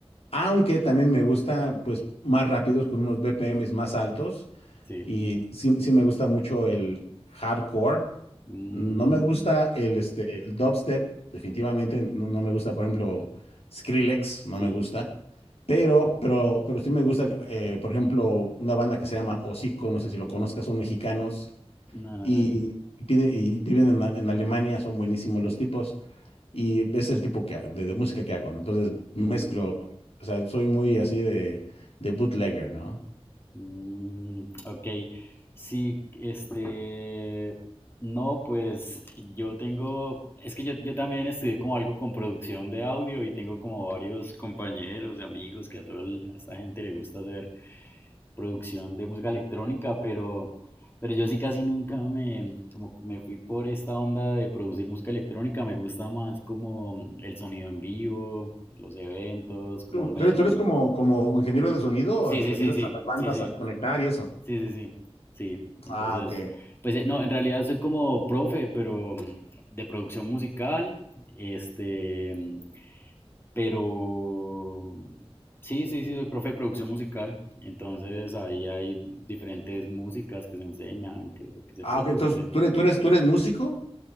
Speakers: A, on the left; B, on the left.
A: aunque también me gusta pues más rápidos con unos BPMs más altos
B: sí.
A: y sí, sí me gusta mucho el hardcore.
B: Mm,
A: No me Mm, gusta el, este, el dubstep, definitivamente no, no me gusta, por ejemplo, Skrillex, no
B: sí.
A: me gusta. Pero, pero, pero sí me gusta, eh, por ejemplo, una banda que se llama Hocico, no sé si lo conozcas, son mexicanos
B: No,
A: y,
B: no,
A: pide- y viven en, A- en Alemania, son buenísimos los tipos y es el tipo que, ha- de, de música que hago, ¿no? Entonces mezclo,
B: no.
A: o sea, soy muy así de, de bootlegger, ¿no?
B: Mm, ok, sí, este, no, pues yo tengo, es que yo, yo también estudié como algo con producción de audio y tengo como varios compañeros y amigos que a toda el- a esta gente le gusta hacer producción de música electrónica, pero, pero yo sí casi nunca me, como me fui por esta onda de producir música electrónica, me gusta más como el sonido en vivo, los eventos, como
A: ¿Tú
B: me...
A: tú eres, tú eres como, como ingeniero de sonido?
B: Sí,
A: Este,
B: sí,
A: ¿ayudas
B: sí, sí,
A: a las bandas
B: sí, sí.
A: a conectar y eso?
B: Sí, sí, sí, sí. Entonces,
A: Ah, ok.
B: pues eh, no, en realidad soy como profe, pero mm, de producción musical, este, mm, pero mm, sí, sí, sí, soy profe de producción musical. Entonces ahí hay diferentes músicas que se enseñan, que se, que se
A: Ah,
B: produce.
A: ok. Entonces, ¿tú eres, tú eres, tú eres músico?